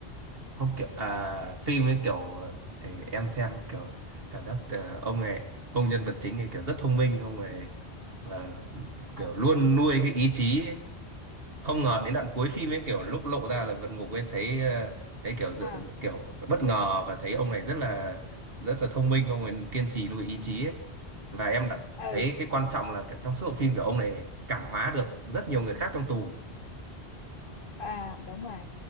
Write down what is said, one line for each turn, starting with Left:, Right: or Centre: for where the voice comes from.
Right: không kiểu à, phim ấy kiểu ờ, thì em xem kiểu cảm giác ờ, ông này ông nhân vật chính ấy kiểu rất thông minh ông này và kiểu
Left: à
Right: luôn nuôi cái ý chí không ngờ đến đoạn cuối phim ấy kiểu lúc lộ ra là vượt ngục ấy thấy ờ, thấy kiểu dự-
Left: à
Right: dự- kiểu bất ngờ và thấy ông này rất là rất là thông minh ông ấy kiên trì nuôi ý chí ấy và em đã
Left: ừ
Right: thấy cái quan trọng là kiểu trong suốt bộ phim kiểu ông này cảm hóa được rất nhiều người khác trong tù
Left: à đúng rồi